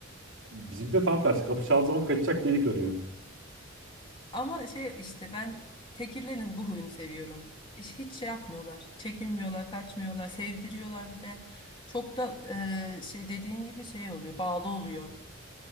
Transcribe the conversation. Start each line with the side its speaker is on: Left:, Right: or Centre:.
Right: Bizimki de tam tersi. Kapı çaldığı zaman kaçacak delik arıyor.
Left: Ama şey işte ben tekirlerin bu huyunu seviyorum. Hiç, hiç şey yapmıyorlar. Çekinmiyorlar, kaçmıyorlar, sevdiriyorlar bir de. Çok da e, şey dediğin gibi şey oluyor, bağlı oluyor.